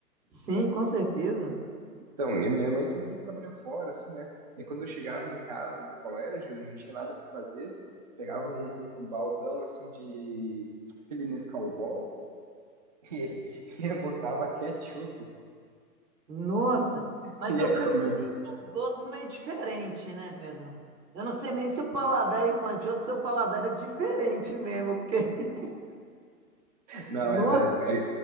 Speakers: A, on the right (about 85°); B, on the right (about 25°).
A: Sim, com certeza.
B: Então, minha minha mãe sempre trabalhou fora, assim, né? E quando eu chegava em casa do colégio, não tinha nada para fazer, pegava um, um baldão, assim, de aquele Nescau Ball <laughs> e eu botava ketchup
A: Nossa,
B: <laughs>
A: mas
B: Ia
A: você
B: comer.
A: também tinha uns gostos meio diferentes, né, Pedro? Eu não sei nem se o paladar é infantil ou se o seu paladar era diferente mesmo, porque, <laughs>
B: Não,
A: nossa,
B: mas é, é,